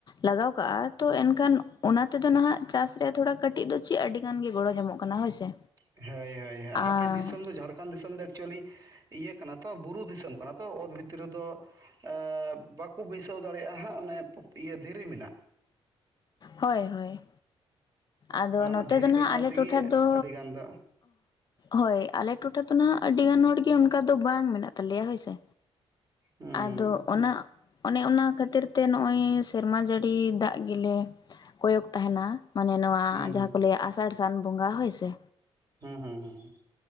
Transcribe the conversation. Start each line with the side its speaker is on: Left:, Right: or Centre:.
Left: ᱞᱟᱜᱟᱣ ᱠᱟᱜ-ᱟ ᱛᱚ ᱮᱱᱠᱷᱟᱱ ᱚᱱᱟ ᱛᱮᱫᱚ ᱱᱟᱦᱟᱜ ᱪᱟᱥ ᱨᱮᱭᱟᱜ ᱛᱷᱚᱲᱟ ᱠᱟᱹᱴᱤᱜ ᱫᱚ ᱪᱮᱜ ᱟᱹᱰᱤᱜᱟᱱ ᱜᱮ ᱜᱚᱲᱚ ᱧᱟᱢᱚᱜ ᱠᱟᱱᱟ ᱦᱳᱭ ᱥᱮ᱾
Right: ᱦᱳᱭ ᱦᱳᱭ ᱦᱳᱭ
Left: ᱟᱨ
Right: ᱟᱯᱮ ᱫᱤᱥᱚᱢ ᱫᱚ ᱡᱷᱟᱲᱠᱷᱚᱸᱰ ᱫᱤᱥᱚᱢ ᱫᱚ ᱮᱠᱪᱩᱭᱮᱞᱤ ᱤᱭᱟᱹ ᱠᱟᱱᱟ ᱛᱚ ᱵᱩᱨᱩ ᱫᱤᱥᱚᱢ ᱠᱟᱱᱟ ᱛᱚ ᱚᱛ ᱵᱷᱤᱛᱨᱤ ᱨᱮ ᱫᱚ ᱟᱸ ᱵᱟᱠᱚ ᱵᱟᱹᱭᱥᱟᱹᱣ ᱫᱟᱲᱮᱭᱟᱜ-ᱟ ᱦᱟᱸᱜ ᱚᱱᱮ ᱤᱭᱟᱹ ᱫᱷᱤᱨᱤ ᱢᱮᱱᱟᱜ,
Left: ᱦᱳᱭ ᱦᱳᱭ ᱟᱫᱚ
Right: ᱚᱱᱮ ᱚᱱᱟ
Left: ᱱᱚᱛᱮ
Right: ᱫᱷᱤᱨᱤ
Left: ᱫᱚ ᱱᱦᱟᱜ
Right: ᱠᱟᱠᱷᱱᱟ
Left: ᱟᱞᱮ
Right: ᱛᱮᱜᱮ
Left: ᱴᱚᱴᱷᱟᱨ ᱫᱚ
Right: ᱟᱹᱰᱤᱜᱟᱱ ᱫᱚ
Left: ᱦᱳᱭ ᱟᱞᱮ ᱴᱚᱴᱷᱟ ᱫᱚ ᱱᱦᱟᱜ ᱟᱹᱰᱤ ᱜᱟᱱ ᱦᱚᱲᱜᱮ ᱚᱱᱠᱟ ᱫᱚ ᱵᱟᱝ ᱢᱮᱱᱟᱜ ᱛᱟᱞᱮᱭᱟ ᱦᱳᱭᱥᱮ᱾
Right: ᱦᱩᱸ
Left: ᱟᱫᱚ ᱚᱱᱟ ᱚᱱᱮ ᱚᱱᱟ ᱠᱷᱟᱹᱛᱤᱨ ᱛᱮ ᱱᱚᱜ-ᱚᱭ ᱥᱮᱨᱢᱟ ᱡᱟᱹᱲᱤ ᱫᱟᱜ ᱜᱮᱞᱮ ᱠᱚᱭᱚᱜ ᱛᱟᱦᱮᱱᱟ᱾ ᱢᱟᱱᱮ ᱱᱚᱣᱟ
Right: ᱦᱩᱸ ᱦᱩᱸ
Left: ᱡᱟᱦᱟᱸ ᱠᱚ ᱞᱟᱹᱭᱟ ᱟᱥᱟᱲ ᱥᱟᱱ ᱵᱚᱸᱜᱟ ᱦᱳᱭ ᱥᱮ᱾
Right: ᱦᱩᱸ ᱦᱩᱸ ᱦᱩᱸ